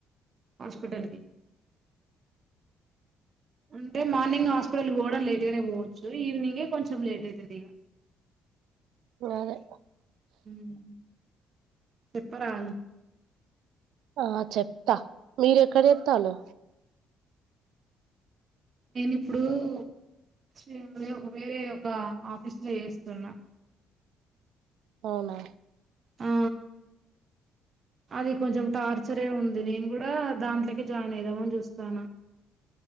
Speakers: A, on the right (about 45°); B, on the right (about 70°).
A: హాస్పిటల్ కి అంటే మార్నింగ్ హాస్పిటల్కు పోవడం లేట్ గానే పోవచ్చు ఈవినింగే కొంచెం లేట్ అవుతది ఇక
B: అదే
A: మ్ చెప్పరా
B: ఆ చెప్తా మీరు ఎక్కడ ఎత్తాలు
A: నేను ఇప్పుడు <unintelligible> ఒక వేరే ఒక ఆఫీస్ లో వేస్తున్నా
B: అవునా?
A: ఆ అది కొంచెం టార్చరే ఉంది. నేను కూడా దాంట్లోకి జాయిన్ అయిదామని చూస్తాన్న